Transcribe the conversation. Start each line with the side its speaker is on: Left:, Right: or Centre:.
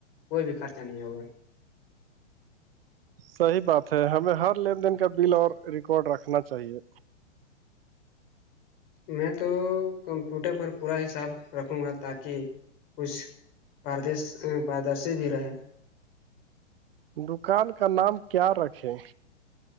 Left: کوئی بھی خرچہ نہیں ہوگا
Right: صحی بات ہے ہمیں ہر لین دین کا بل اور ریکارڈ رکھنا چاہیے
Left: میں تو کمپیوٹر پر پورا حساب رکھوں گا تاکہ کچھ پاردش پاردرشی بھی رہے
Right: دکان کا نام کیا رکھے